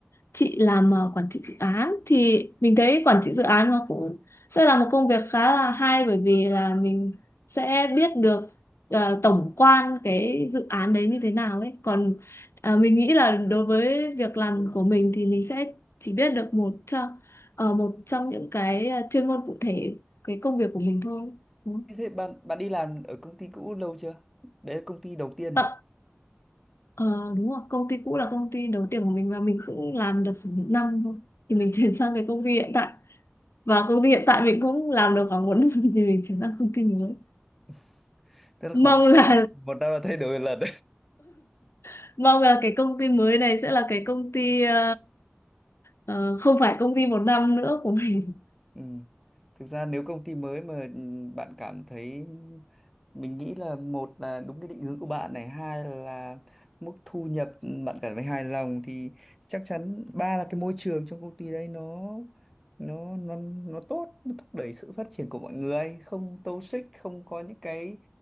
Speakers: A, on the left; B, in the centre.
A: chị làm ờ, quản trị dự án thì mình thấy quản trị dự án nó cũng sẽ là một công việc khá là hay bởi vì là mình sẽ biết được ờ, tổng quan cái dự án đấy như thế nào ấy còn ờ, mình nghĩ là đối với việc làm của mình thì mình sẽ chỉ biết được một trong ờ, một trong những cái ờ, chuyên môn cụ thể cái công việc của mình thôi đúng không?
B: Thế thế bạn bạn đi làm ở công ty cũ lâu chưa? Đấy là công ty đầu tiên à?
A: Ờ, ờ, đúng rồi công ty cũ là công ty đầu tiên của mình và mình cũng làm được khoảng một năm thôi thì mình chuyển sang cái công ty hiện tại và công ty hiện tại mình cũng làm được khoảng một năm thì mình chuyển sang công ty mới
B: <laughs> Tức là khoảng
A: mong
B: một
A: là
B: năm, một năm là thay đổi một lần.
A: <laughs> mong là cái công ty mới này sẽ là cái công ty ờ, ờ, không phải công ty một năm nữa của mình
B: Ừ. Thực ra nếu công ty mới mà ừ, bạn cảm thấy mình nghĩ là một là đúng cái định hướng của bạn này hai là mức thu nhập ừ, bạn cảm thấy hài lòng thì chắc chắn ba là cái môi trường trong công ty đấy nó nó nó nó tốt nó thúc đẩy sự phát triển của mọi người không toxic không có những cái